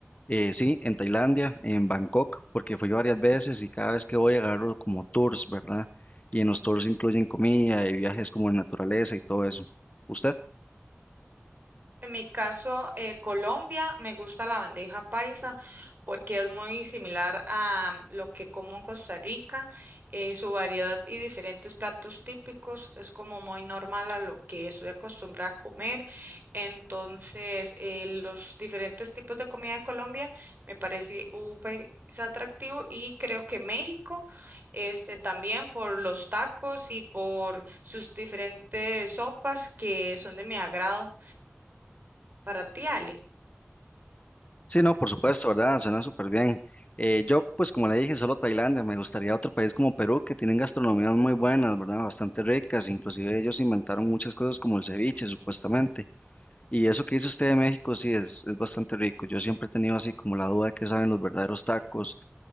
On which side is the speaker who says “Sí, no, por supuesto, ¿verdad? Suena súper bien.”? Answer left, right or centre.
Left